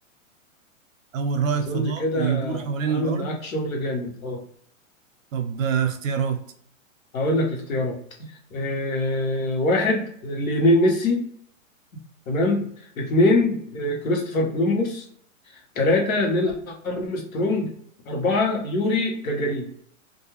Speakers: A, on the right; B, on the left.
A: أول رائد
B: اظن
A: فضاء
B: كده
A: يدور حوالين
B: عامل
A: الأرض
B: معاك شغل جامد اه
A: طب آه، اختيارات
B: هقول لك اختيارات آه واحد ليونيل ميسي تمام اتنين آه، كريستوفر كولومبوس ثلاثة نيل أرمسترونج أربعة يوري جاجارين